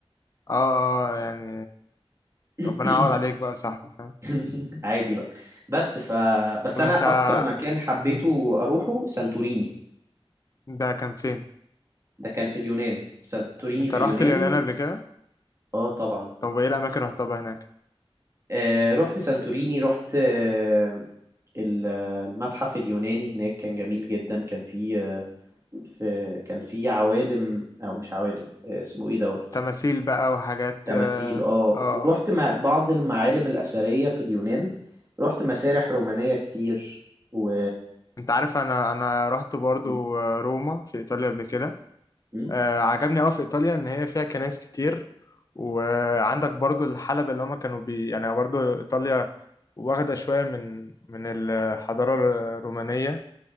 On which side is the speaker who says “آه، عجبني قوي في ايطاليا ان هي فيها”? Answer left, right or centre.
Left